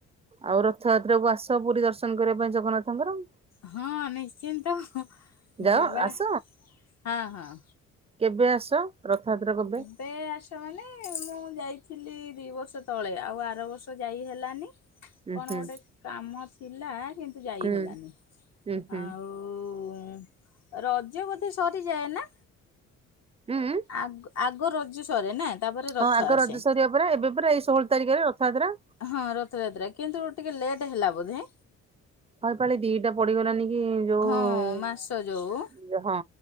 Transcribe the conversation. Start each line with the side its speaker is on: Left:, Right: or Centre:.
Right: ଆଉ ରଥଯାତ୍ରାକୁ ଆସ ପୁରୀ ଦର୍ଶନ କରିବା ପାଇଁ ଜଗନ୍ନାଥଙ୍କର?
Left: ହଁ ନିଶ୍ଚିନ୍ତ,
Right: ଯାଅ
Left: ଯିବା
Right: ଆସ।
Left: ହଁ-ହଁ।
Right: କେବେ ଆସ ରଥଯାତ୍ରା କେବେ?
Left: କେବେ ଆସ ମାନେ ମୁଁ ଯାଇଥିଲି ଦି ବର୍ଷ ତଳେ ଆଉ ଆର ବର୍ଷ ଯାଇ ହେଲାନି।
Right: ଉଁ
Left: କଣ
Right: ହୁଁ
Left: ଗୋଟେ କାମ ଥିଲା କିନ୍ତୁ ଯାଇ
Right: ହୁଁ।
Left: ହେଲାନି,
Right: ଉଁ ହୁଁ
Left: ଆଉ ଉ-ଉ-ଉ ରଜ ବୋଧେ ସରିଯାଏ ନା?
Right: ଉଁ ଉଁ?
Left: ଆଗ୍ ଆଗ ରଜ ସରେ ନା? ତାପରେ ରଥ
Right: ହଁ ଆଗ
Left: ଆସେ
Right: ରଜ ସରିବ ପରା ଏବେ ପରା ଏଇ ଷୋହଳ ତାରିଖରେ ରଥଯାତ୍ରା।
Left: ହଁ ରଥଯାତ୍ରା କିନ୍ତୁ ଟିକେ ଲେଟ୍ ହେଲା ବୋଧେ?
Right: ହଁ ଏ ପାଳି ଦିଟା ପଡିଗଲାନି କି ଯୋଉ-ଉ-ଉ
Left: ହଁ ମାସ ଯୋଉ
Right: ହଁ।